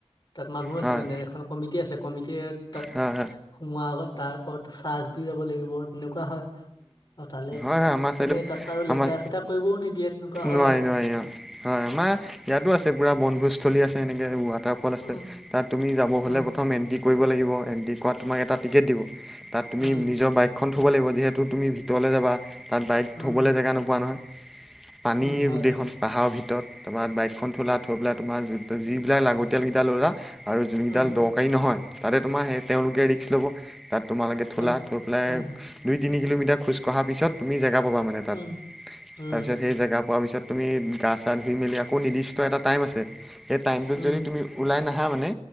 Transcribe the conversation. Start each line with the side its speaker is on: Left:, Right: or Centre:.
Left: তাত মানুহ
Centre: হয়
Left: আছে
Centre: হয় হয়
Left: মানে এখন কমিটি আছে, কমিটিয় তাত
Centre: হয়
Left: সোমোৱাৰ আগত তাৰ ওৰত চাৰ্জ দি যাব লাগিব, তেনেকুৱা হয় অ', তালে
Centre: হয় হয় হয় আমাৰ চাইডো
Left: মানে, তাত আৰু লেতেৰা
Centre: আমাৰ
Left: চেতেৰা কৰিবও নিদিয়ে তেনেকুৱা হয়
Centre: নোৱাৰি
Left: আৰু
Centre: নোৱাৰি অ হয় আমাৰ ইয়াতো আছে পুৰা বনভোজস্থলী আছে এনেকে ৱাটাৰ ফল আছে
Left: উম
Centre: তাত তুমি যাব
Left: উম
Centre: হ'লে প্ৰথম এণ্ট্ৰি কৰিব লাগিব এণ্ট্ৰি কৰাত তোমাক এটা টিকেট দিব। তাত তুমি
Left: উম
Centre: নিজৰ বাইকখন থ'ব লাগিব। যিহেতু তুমি ভিতৰলৈ যাবা তাত বাইক
Left: উম
Centre: থ'বলৈ জেগা নোপোৱা নহয়। পানী
Left: উম হয়
Centre: গোটেইখন।
Left: হয়
Centre: পাহাৰৰ ভিতৰত তোমাৰ বাইকখন থ'লা থৈ পেলাই তোমাৰ যিবিলাক লাগতিয়াল কেইটা ল'লা আৰু যোনকেইডাল
Left: উম
Centre: দৰকাৰী নহয় তাতে তোমাৰ সেই তেওঁলোকে ৰিষ্ক ল'ব। তাত তোমালোকে থোলা
Left: হয়
Centre: থৈ পেলাই
Left: হয় হয়
Centre: দুই তিনি কিলোমিটাৰ খোজ কঢ়াৰ পিছত তুমি জেগা পাবা মানে
Left: উম
Centre: তাত।
Left: উম
Centre: তাৰপিছত সেই জেগা পোৱাৰ পিছত তুমি গা চা ধুই মেলি আকৌ নিৰ্দিষ্ট এটা টাইম আছে সেই টাইমটোত
Left: উম
Centre: যদি তুমি ওলাই নাহা মানে